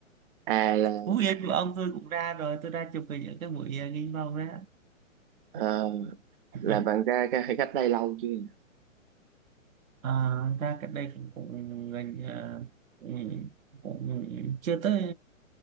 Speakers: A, on the right; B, on the right.
A: à là
B: Phú Yên của ông tôi cũng ra rồi tôi ra chụp hình ở cái buổi uh, nghinh mông đó
A: Ờ, là
B: <laughs>
A: bạn ra cái khách đây lâu chưa nhỉ?
B: à, ra cách đây cũng cũng gần ờ, cũng, cũng chưa tới